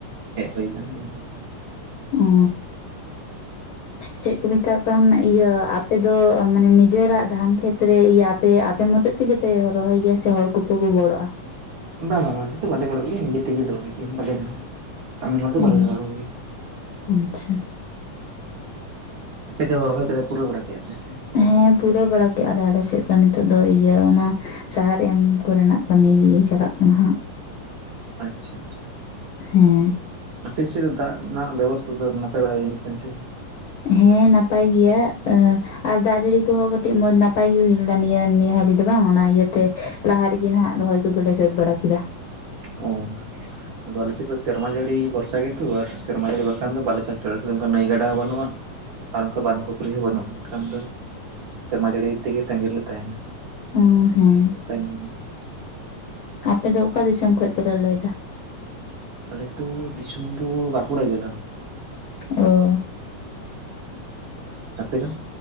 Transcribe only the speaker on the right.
ᱦᱮᱡ ᱦᱩᱭ ᱠᱟᱱᱟ <inaudible> ᱫᱚ᱾
<inaudible>
ᱵᱟᱝᱟ ᱵᱟᱝ <unintelligible> ᱵᱟᱞᱮ ᱜᱚᱲᱚᱜ ᱜᱮᱭᱟ ᱱᱤᱡᱮ ᱛᱮᱜᱮ ᱞᱮ ᱨᱚᱦᱚᱭ ᱜᱮᱭᱟ ᱵᱟᱞᱮ <inaudible> ᱠᱟᱹᱢᱤ ᱦᱚᱲ ᱫᱚ
ᱵᱟᱞᱮ ᱞᱟᱜᱟᱣ ᱠᱚ ᱜᱮᱭᱟ᱾
ᱟᱯᱮ ᱫᱚ ᱨᱚᱦᱚᱭ ᱠᱚᱫᱚ ᱯᱮ ᱯᱩᱨᱟᱹᱣ ᱵᱟᱲᱟ ᱠᱮᱫᱭᱟ ᱯᱮ ᱥᱮ? ᱚᱠᱟ ᱞᱮᱠᱟ
ᱟᱪᱪᱷᱟ ᱟᱪᱪᱷᱟ᱾
ᱟᱯᱮ ᱥᱮᱫ ᱫᱚ ᱫᱟᱜ ᱨᱮᱱᱟᱜ ᱵᱮᱵᱚᱥᱛᱷᱟ ᱫᱚ ᱱᱟᱯᱟᱭ ᱵᱟᱲᱟ ᱜᱮᱭᱟ ᱡᱟᱹᱱᱤᱡ ᱠᱷᱟᱱ ᱪᱚᱝ?
ᱚ᱾ ᱟᱫᱚ ᱟᱞᱮ ᱥᱮᱫ ᱫᱚ ᱥᱮᱨᱢᱟ ᱡᱟᱹᱲᱤ ᱵᱷᱚᱨᱥᱟ ᱜᱮᱛᱚ ᱟᱨ ᱥᱮᱨᱢᱟ ᱡᱟᱹᱲᱤ ᱵᱟᱠᱷᱟᱱ ᱫᱚ ᱵᱟᱞᱮ ᱪᱟᱥ ᱫᱟᱲᱮᱭᱟᱜᱼᱟ, ᱚᱱᱠᱟ ᱱᱟᱹᱭ ᱜᱟᱰᱟ ᱦᱚᱸ ᱵᱟᱹᱱᱩᱜᱼᱟ᱾ ᱟᱨ ᱚᱱᱠᱟ ᱵᱟᱸᱫᱷ ᱯᱩᱠᱷᱨᱤ ᱦᱚᱸ ᱵᱟᱹᱱᱩᱜᱼᱟ ᱠᱷᱟᱱ ᱫᱚ ᱥᱮᱨᱢᱟ ᱡᱟᱹᱲᱤ ᱛᱮᱜᱮ ᱛᱟᱸᱜᱤ ᱨᱮᱞᱮ ᱛᱟᱦᱮᱸᱱᱟ᱾
ᱚᱱᱟ ᱛᱮ ᱛᱟᱭᱱᱚᱢ ᱧᱚᱜ ᱠᱟᱱᱟᱞᱮ
ᱟᱞᱮ ᱛᱚ ᱫᱤᱥᱚᱢ ᱫᱚ ᱵᱟᱸᱠᱩᱲᱟ ᱡᱮᱞᱟ᱾
ᱟᱯᱮ ᱫᱚ?